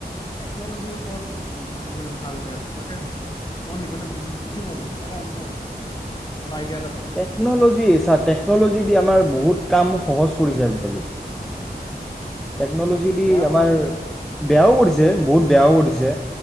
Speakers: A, on the left (about 25°); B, in the centre.
A: টেকনলজিৰ ওপৰত <unintelligible> মানে ভাল বেয়াটো। তাকে ভাবছো কি, মই <unintelligible> মানে বুজি পোৱা নাই তাকে আলোচনা কৰো। অলপ আইডিয়া এটা পাম
B: টেকন'ল'জি, ছা টেকন'লজী দি আমাৰ বহুত কাম সহজ কৰিছে আজিকালি। টেকন'লজি দি
A: বেয়া কৰিছে
B: আমাৰ,
A: দেচোন
B: বেয়াও কৰিছে বহুত বেয়াও কৰিছে,